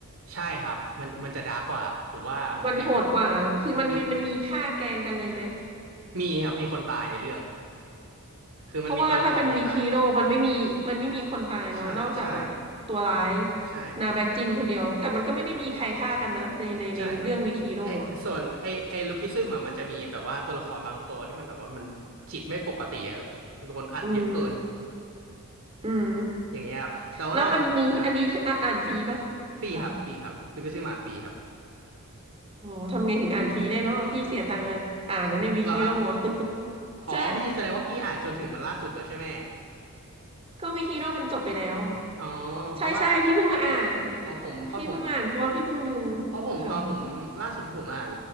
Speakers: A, on the right; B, on the right.
A: ใช่ครับมันมันจะดาร์กกว่าผมว่าไอ้
B: มันโหดกว่า คือมันมันมันมีฆ่าแกล้งกันเลยไหม
A: วิวิมีครับมีคนตายในเรื่องคือมันมีตัวละครที่ตาย
B: เพราะว่าถ้าเป็นวีคีโร่มันไม่มี มันไม่มีคนตายเนาะนอกจากแบบตัวร้าย
A: ใช่ใช่ใช่ครับ
B: นาแบ็กจินคนเดียว แต่มันก็ไม่ได้มีใครฆ่ากันนะในในในเรื่องวีคีโร่อะ
A: ใช่ครับไอส่วนไอไอลูคิซึมอะมันจะมีแบบว่าตัวละครบางตัวที่มันแบบว่ามันจิตไม่ปกติครับโดนอัดเยอะเกิน
B: อืม อืม
A: อย่างเงี้ยครับแต่ว่าอ่า
B: แล้วอันนี้อันนี้คืออ่ะอ่านฟรีปะ
A: ฟรีครับฟรีครับลูคิซึมอ่านฟรีครับ
B: ค่ะ อ๋อทำไงถึงอ่านฟรีได้เนาะพี่เสียตังค์อ่านนะเนี่ยวีคีโร่
A: เหรอครับ
B: <laughs>
A: อ๋อพี่แสดงว่าพี่อ่านจนถึงมันล่าสุดแล้วใช่ไหม
B: ใช่ก็วีคีโร่มันจบไปแล้ว
A: อ๋อเพราะว่า
B: ใช่ใช่พี่เพิ่งมาอ่าน
A: อ๋อผมเพราะผม
B: พี่เพิ่งมาอ่านเพราะว่าพี่เพิ่งดู
A: เพราะผมตอนผมล่าสุดที่ผมอ่าน
B: ค่ะ